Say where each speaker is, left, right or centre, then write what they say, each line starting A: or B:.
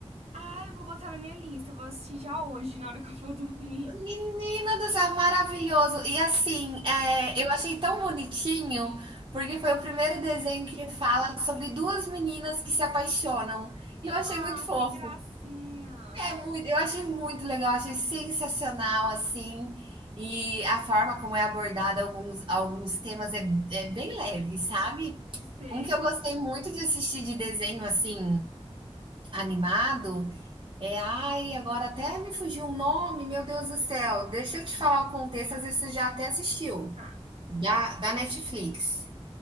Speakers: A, on the right; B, on the right.
A: Ah, eu vou botar na minha lista. Eu vou assistir já hoje, na hora que eu for <laughs> dormir.
B: Menina do céu, maravilhoso. E assim, eh, eu achei tão bonitinho, porque foi o primeiro desenho que fala sobre 2 meninas que se apaixonam, e eu achei
A: Ah,
B: muito fofo.
A: que gracinha.
B: É muito, eu achei muito legal, achei sensacional assim. E a forma como é abordada alguns, alguns temas é, é bem leve, sabe?
A: Sei.
B: Um que eu gostei muito de assistir de desenho assim, animado, é. Ai, agora até me fugiu um nome, meu Deus do céu. Deixa eu te falar o contexto, às vezes você já até assistiu,
A: Tá.
B: da, da Netflix.